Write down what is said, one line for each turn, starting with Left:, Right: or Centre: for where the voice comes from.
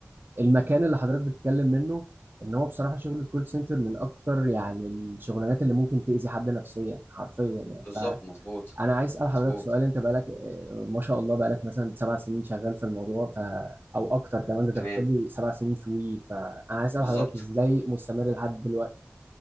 Right: المكان اللي حضرتك بتتكلم منه ان هو بصراحة شغل الكول سنتر من اكتر يعني الشغلانات اللي ممكن تأذي حد نفسيا حرفيا
Left: بالظبط
Right: يعني
Left: مظبوط
Right: انا عايز اسال حضرتك
Left: مظبوط
Right: سؤال انت بقالك آه، ما شاء الله بقالك مثلا سبع سنين شغال في الموضوع ف او اكتر كمان ده
Left: تمام
Right: انت بتقول لي سبع سنين في وي فانا عايز
Left: بالظبط
Right: اسال حضرتك ازاي مستمر لحد دلوقتي